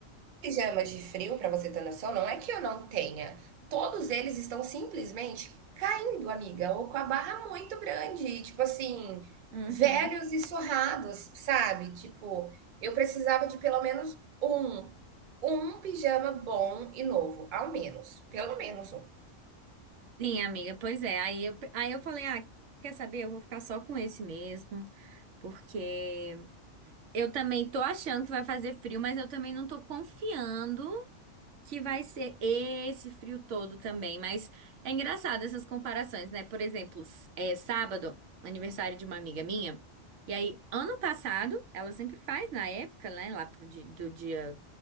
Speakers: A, on the right (about 55°); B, on the right (about 75°).
A: pijamas de frio, para você ter noção, não é que eu não tenha. Todos eles estão simplesmente caindo, amiga, ou com a barra muito grande, tipo assim,
B: Uhum.
A: velhos e surrados, sabe? Tipo, eu precisava de pelo menos um, um pijama bom e novo, ao menos, pelo menos um.
B: Sim, amiga, pois é. Aí eu, aí eu falei, ah, quer saber? Eu vou ficar só com esse mesmo, porque eu também tô achando que vai fazer frio, mas eu também não tô confiando. Que vai ser esse frio todo também, mas é engraçado essas comparações, né? Por exemplo, s- é sábado, aniversário de uma amiga minha, e aí ano passado, ela sempre faz na época, né? Lá pro di- do dia